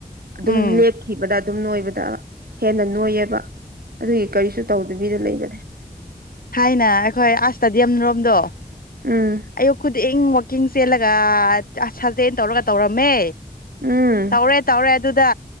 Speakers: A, on the right; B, on the left.
A: ꯑꯗꯨꯝ
B: ꯎꯝ
A: ꯂꯦꯞꯈꯤꯕꯗ ꯑꯗꯨꯝ ꯅꯣꯏꯕꯗ ꯍꯦꯟꯅ ꯅꯣꯏꯌꯦꯕ ꯑꯗꯨꯒꯤ ꯀꯔꯤꯁꯨ ꯇꯧꯗꯕꯤꯗ ꯂꯩꯕꯅꯦ
B: ꯊꯥꯏꯅ ꯑꯩꯈꯣꯏ ꯑꯁꯇꯗꯤꯌꯝ ꯔꯣꯝꯗꯣ
A: ꯎꯝ
B: ꯑꯌꯨꯛ ꯈꯨꯗꯤꯡ ꯋꯥꯛꯀꯤꯡ ꯆꯦꯜꯂꯒ ꯁꯥꯖꯦꯟ ꯇꯧꯔꯒ ꯇꯧꯔꯝꯃꯦ
A: ꯎꯝ
B: ꯇꯧ꯭ꯔꯦ ꯇꯧꯔꯦ ꯑꯗꯨ ꯑꯗꯨꯗ